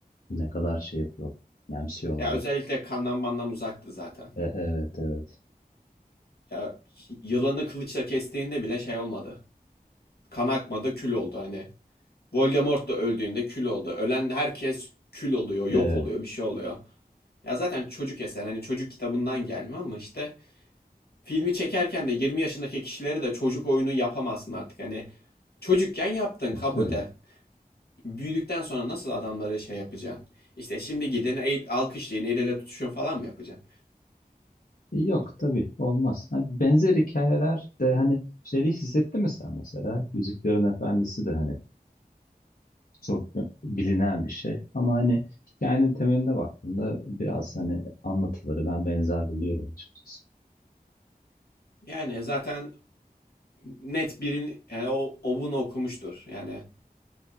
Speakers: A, on the left (about 65°); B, on the left (about 80°).
A: ne kadar şey yapıyor. Yemsiyorlar.
B: Ya özellikle kandan mandan uzaktı zaten.
A: E, evet evet.
B: Ya yılanı kılıçla kestiğinde bile şey olmadı. Kan akmadı, kül oldu hani. Voldemort da öldüğünde kül oldu. Ölen herkes kül oluyor, yok
A: E, evet,
B: oluyor, bir şey oluyor. Ya zaten çocuk eser hani çocuk kitabından gelme ama işte filmi çekerken de 20 yaşındaki kişilere de çocuk oyunu yapamazsın artık. Hani çocukken yaptın kabul
A: evet. öyle.
B: de büyüdükten sonra nasıl adamları şey yapacaksın? İşte şimdi gidin el, alkışlayın el ele tutuşun falan mı yapacaksın?
A: Yok tabii olmaz. Hani benzer hikayeler de hani şeyde hissettin mi sen mesela? Yüzüklerin Efendisi de hani çok bilinen bir şey. Ama hani hikayenin temeline baktığında biraz hani anlatıları ben benzer buluyorum açıkçası.
B: Yani zaten net birin yani o, o bunu okumuştur. Yani